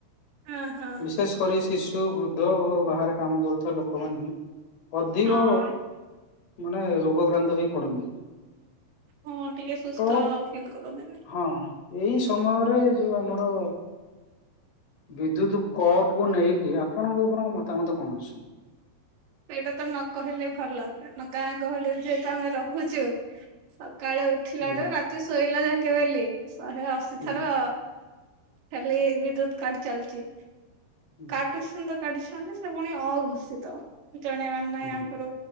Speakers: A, on the right (about 70°); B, on the left (about 45°).
A: ହଁ ହଁ
B: ବିଶେଷ ପରି ଶିଶୁ, ବୃଦ୍ଧ ଓ ବାହାରେ କାମ କରୁଥିବା ଲୋକମାନେ ଅଧିକ
A: ହଁ।
B: ମାନେ ରୋଗକ୍ରାନ୍ତ ହେଇ ପଡନ୍ତି।
A: ହଁ ଟିକେ ସୁସ୍ଥ
B: ତ
A: ଫିଲ୍ କରନ୍ତି ନା
B: ହଁ ଏଇ ସମୟରେ ଯୋଉ ଆମର ବିଦ୍ୟୁତ୍ କଟ୍ କୁ ନେଇକି ଆପଣଙ୍କ ଉପରଙ୍କ ମତାମତ କଣ ଅଛି?
A: ସେଇଟା ତ ନ କହିଲେ ଭଲ କାରଣ ଗାଁ ଗହଳି ରେ ଯେହେତୁ ଆମେ ରହୁଛୁ ସକାଳୁ ଉଠିଲା
B: ହୁଁ
A: ଠୁ ରାତି ଶୋଇଲା ଜାଙ୍କେ ବେଲି ଶହେ ଅଶୀ
B: ହୁଁ
A: ଥର ଖାଲି ବିଦ୍ୟୁତ୍ କାଟ୍ ଚାଲ୍ ଚି।
B: ହୁଁ
A: କାଟୁଛନ୍ତି ତ କାଟୁଛନ୍ତି ସେ ପୁଣି ଅଘୋଷିତ ଜଣେଇବାର ନାଇଁ
B: ହୁଁ
A: ଆଗୁରୁ।